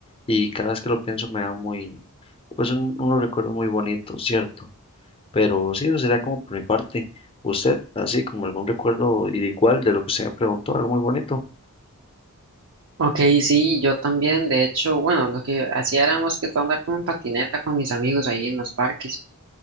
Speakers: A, on the left; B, on the right.
A: Y cada vez que lo pienso me da muy, pues un- unos recuerdos muy bonitos, ¿cierto? Pero sí, eso sería como por mi parte. Usted, así como algún recuerdo igual de lo que usted me preguntó, algo muy bonito.
B: Ok, sí, yo también, de hecho, bueno, lo que hacía era más que todo andar como en patineta con mis amigos ahí en los parques.